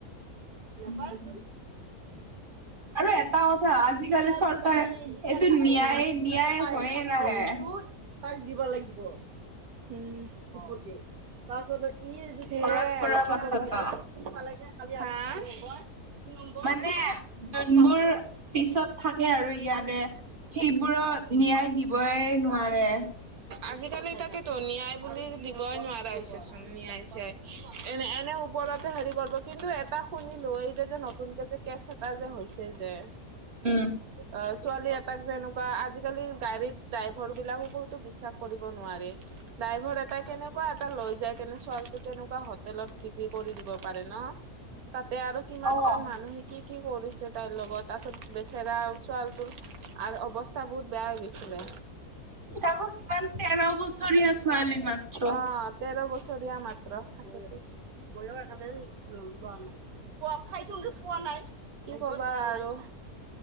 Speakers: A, on the right; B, on the right.
A: উম
B: নাপায়তো
A: আৰু এটা কথা আজিকালি
B: এতিয়া
A: চৰকাৰে
B: তই এতিয়া
A: এইটো ন্যায়
B: উম কালি যোনতে
A: ন্যায়
B: পায়
A: হৈয়ে নাহে
B: উম তেওঁ তাক দিব লাগিব উম উৎপত্তি তাৰপিছত ই সেয়া
A: ঘৰত পৰা
B: আৰু কি
A: পাছতো
B: হয় হব সি পালে গে কালি হাআ আপ <unintelligible> মই তিন নম্বৰ
A: মানে
B: ফটো
A: যোনবোৰ
B: দি পাব
A: পিছত থাকে আৰু ইয়াতে সেইবোৰক ন্যায় দিবই নোৱাৰে
B: আজিকালি তাকেতো ন্যায় বুলি দিবই নোৱাৰা হৈছে চোন ন্যায় চিয়াই এনে এনে ওপৰত এতিয়া হেৰি কৰিব কিন্তু এটা শুনিলো এই যে যে নতুনকে যে কেচ এটা যে হৈছে যে
A: উম।
B: অহ ছোৱালী এটাক জেনে কোৱা আজিকালি গাড়ীৰ ড্ৰাইভাৰ বিলাককোতো বিশ্বাস কৰিব নোৱাৰি ড্ৰাইভৰ এটাই কেনেকুৱা এটা লৈ যায় কেনে ছোৱালী টো কেনেকুৱা হোটেলত বিক্ৰী কৰি দিব পাৰে ন তাতে আৰু কিমান
A: অ'
B: জন মানুহে কি কি কৰিছে তাইৰ লগত আচল তাৰ পিছত বেচেৰা ছোৱালীটোৰ আৰু অৱ অৱস্তা বহুত বেয়া হৈ গৈছিলে
A: তাকো কিমান তেৰ বছৰীয়া ছোৱালী মাত্ৰ।
B: অ তেৰ বছৰীয়া মাত্ৰ ময় লোৱা নাই পোৱা খাইচোন পোৱা নাই কি কবা আৰু